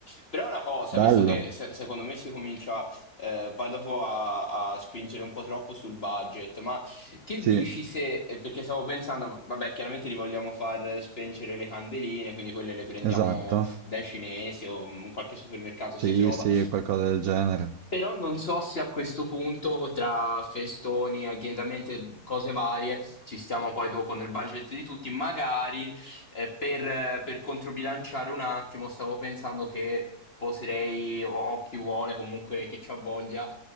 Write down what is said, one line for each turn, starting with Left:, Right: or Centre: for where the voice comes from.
Left: Però una cosa,
Right: Bello.
Left: visto che se- secondo me si comincia eh, poi dopo a, a spingere un po' troppo sul budget, ma che
Right: Sì.
Left: dici se, eh, perché stavo pensando, vabbè, chiaramente li vogliamo far spengere le candeline, quindi quelle le prendiamo
Right: Esatto.
Left: dai cinesi o in qualche supermercato
Right: Sì,
Left: si trova.
Right: sì, qualcosa del genere.
Left: Però non so se a questo punto, tra festoni, agghiendamenti, cose varie, ci stiamo poi dopo nel budget di tutti. Magari eh, per, eh, per controbilanciare un attimo, stavo pensando che potrei, o, o chi vuole comunque che ci ha voglia,